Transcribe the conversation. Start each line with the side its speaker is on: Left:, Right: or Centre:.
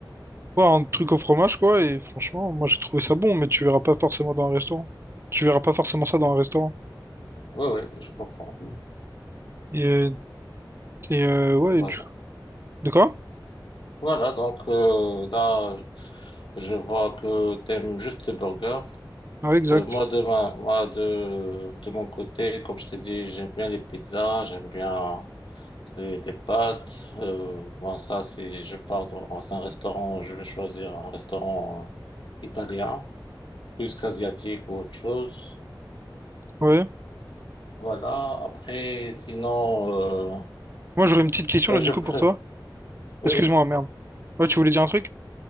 Right: Ouais, un truc au fromage, quoi. Et franchement, moi, j'ai trouvé ça bon, mais tu verras pas forcément dans un restaurant. Tu verras pas forcément ça dans un restaurant.
Left: ouais, ouais, je comprends.
Right: Et, euh, et, euh, ouais,
Left: Voilà.
Right: du... De quoi?
Left: Voilà, donc euh, là, je vois que t'aimes juste les burgers.
Right: Ouais, exact.
Left: Euh, moi, de ma- moi de, de mon côté, comme je t'ai dit, j'aime bien les pizzas, j'aime bien les, les pâtes. Euh, bon, ça, c'est je pars dans dans un restaurant, je vais choisir un restaurant euh, italien, plus qu'asiatique ou autre chose.
Right: Ouais.
Left: Voilà, après, sinon, euh,
Right: Moi, j'aurais une petite question,
Left: euh,
Right: là,
Left: je
Right: du coup,
Left: préfère.
Right: pour toi.
Left: Oui,
Right: Excuse-moi,
Left: oui.
Right: merde. Ouais, tu voulais dire un truc?